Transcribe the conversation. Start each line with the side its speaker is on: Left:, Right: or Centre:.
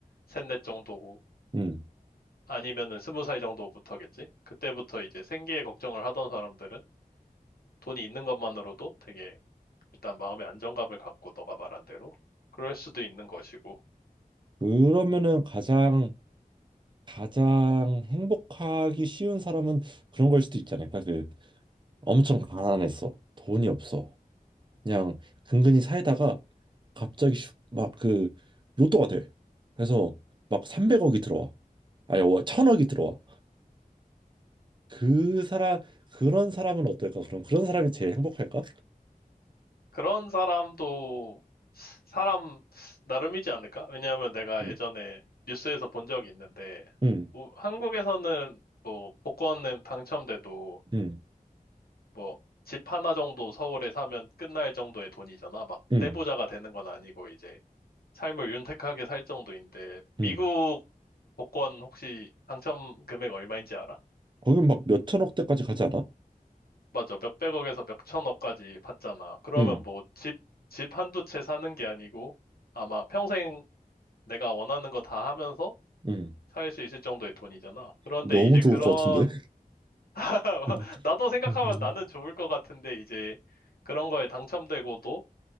Left: 셋넷 정도고
Right: 음.
Left: 아니면은 스무 살 정도부터겠지. 그때부터 이제 생계에 걱정을 하던 사람들은 돈이 있는 것만으로도 되게 일단 마음의 안정감을 갖고 너가 말한 대로 그럴 수도 있는 것이고
Right: 그러면은 가장 가장 행복하기 쉬운 사람은 그런 걸 수도 있지 않을까? 그 엄청 가난했어, 돈이 없어, 그냥 근근히 살다가 갑자기 막 그 로또가 돼. 그래서 막 300억이 들어와, 아니 1천억이 들어와. 그 사람 그런 사람은 어떨까? 그럼 그런 사람이 제일 행복할까?
Left: 그런 사람도 사람 나름이지 않을까? 왜냐하면 내가
Right: 음,
Left: 예전에 뉴스에서 본 적이 있는데
Right: 음,
Left: 우- 한국에서는 뭐 복권 당첨돼도
Right: 음,
Left: 뭐 집 하나 정도 서울에 사면 끝날 정도의 돈이잖아. 막
Right: 음,
Left: 떼부자가 되는 건 아니고 이제 삶을 윤택하게 살 정도인데 미국
Right: 음.
Left: 복권 혹시 당첨 금액 얼마인지 알아?
Right: 거긴 막 몇천억 대까지 가지 않아?
Left: 맞아. 몇백억에서 몇천억까지 받잖아. 그러면
Right: 응,
Left: 뭐 집, 집 한두 채 사는 게 아니고 아마 평생 내가 원하는 거 다 하면서
Right: 응.
Left: 살 수 있을 정도의 돈이잖아. 그런데
Right: 너무
Left: 이제
Right: 좋을
Left: 그런,
Right: 것 같은데?
Left: <laughs>
Right: 음.
Left: 나도 생각하면
Right: 응,
Left: 나는 좋을 것 같은데 이제 그런 거에 당첨되고도